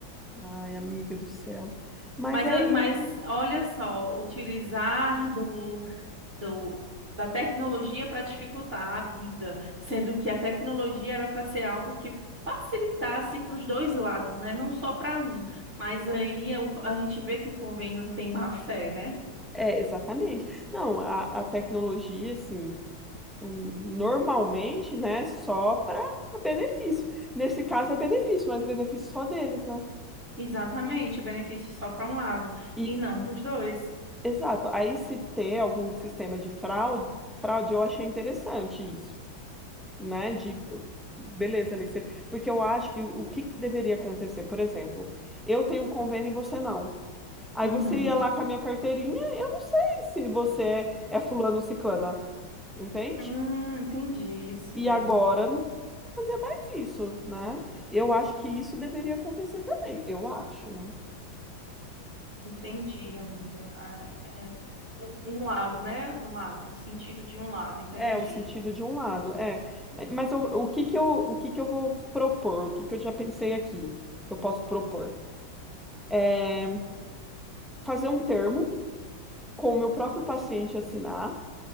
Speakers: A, in the centre; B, on the right (about 35°).
A: Ai, amiga do céu. Mas
B: Mas,
A: é
B: a-
A: isso.
B: mas olha só, utilizar do, do, da tecnologia para dificultar a vida, sendo que a tecnologia era para ser algo que facilitasse para os dois lados, né? Não só para um. Mas aí é o- a gente vê que o convênio tem má fé, né?
A: É, exatamente. Não, a, a tecnologia, assim, hum, normalmente, né, só para benefício. Nesse caso é benefício, mas benefício só deles, né?
B: Exatamente, o benefício só para um lado
A: E,
B: e não para os dois.
A: exato, aí se ter algum sistema de fraude, fraude, eu achei interessante isso, né? De, beleza, ali, você- porque eu acho que o que que deveria acontecer, por exemplo, eu tenho um convênio e você não. Aí
B: Uhum.
A: você ia lá com a minha carteirinha, eu não sei se você é, é fulano ou ciclana, entende?
B: Hum, entendi, sim.
A: E agora não vai fazer mais isso, né? Eu acho que isso deveria acontecer também, eu acho, né?
B: Entendi, amiga. Ah, é, um um lado, né? Um lado, o sentido de um lado, entendi.
A: É, o sentido de um lado, é. Mas eu- o que que eu, o que que eu vou propor? O que que eu já pensei aqui que eu posso propor? É fazer um termo com o meu próprio paciente assinar